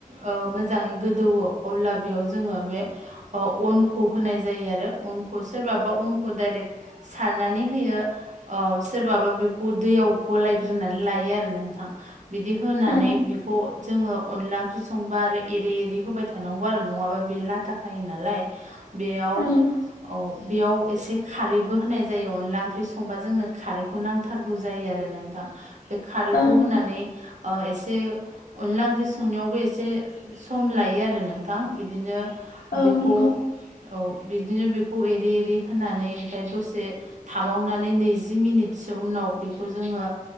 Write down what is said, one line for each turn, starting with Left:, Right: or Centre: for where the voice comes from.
Right: ओ मोजाङै गोदौवो अब्ला बेयाव जोङो बे अनखौ होनाय जायो आरो अनखौ सोरबाबा अनखौ डाइरेक्ट सारनानै होयो औ सोरबाबा बेखौ दैयाव गलायग्रोनानै लायो आरो नों थां बिदि होनानै
Left: औ
Right: बिखौ जोङो अनला ओंख्रि संबा आरो एरै एरै होबाय थानांगौ आरो नङाबा बेयो लाथाखायो नालाय बेयाव
Left: औ
Right: औ बेयाव एसे खारैबो होनाय जायो अनला ओंख्रि संबा जोंनो खारैखौ नांथार गौ जायो आरो नोंथां बे खारैखौ
Left: औ
Right: होनानै ओ एसे अनला ओंख्रि संनायावबो एसे सम लायो आरो नोंथां बिदिनो
Left: औ
Right: बेखौ
Left: नंगौ
Right: औ बिदिनो बेखौ एरै एरै होनानै ओमफ्राय दसे थाबावनानै नैजि मिनिटसो उनाव बेखौ जोङो